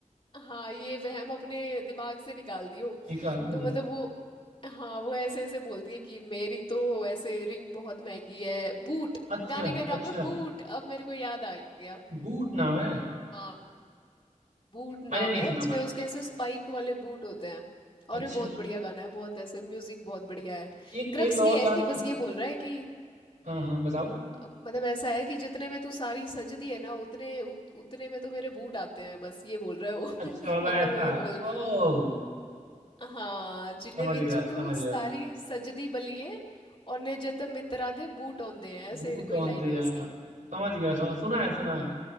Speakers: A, on the left; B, on the right.
A: हाँ ये वहम अपने दिमाग से निकाल दियो
B: निकाल
A: तो
B: ले
A: मतलब वो हाँ वो ऐसे ऐसे बोलती है कि मेरी तो ऐसे रिंग बहुत महंगी है बूट
B: अच्छा
A: गाने का नाम
B: अच्छा
A: है बूट अब मेरे को याद आ गया
B: बूट नाम है
A: हाँ। बूट नाम
B: मैंने नहीं
A: है
B: सुना
A: उसमें
B: बट
A: उसके ऐसे स्पाइक वाले बूट होते हैं और
B: अच्छा
A: ये बहुत
B: मतलब
A: बढ़िया गाना है बहुत ऐसे म्यूजिक बहुत बढ़िया है
B: एक
A: क्रक्स
B: एक
A: ये
B: और गाना
A: है कि बस ये बोल रहा है कि
B: हाँ हाँ बताओ
A: अ, मतलब ऐसा है कि जितने में तू सारी सजदी है ना उतने उत, उतने में तो मेरे बूट आते हैं बस ये बोल रहा है वो
B: अच्छा
A: <laughs>
B: वाला
A: मतलब
B: ऐसा
A: वो ये
B: है
A: बोलती
B: ओह
A: है हाँ जिने
B: समझ
A: विच
B: गया समझ
A: तू सारी
B: गया
A: सजदी बलिए और ने जत मित्रा दे बूट औंदे हैं ऐसे
B: बूट
A: कोई
B: ऑन
A: लाइन
B: दिया
A: है उसकी
B: समझ गया समझ सुना है सुना है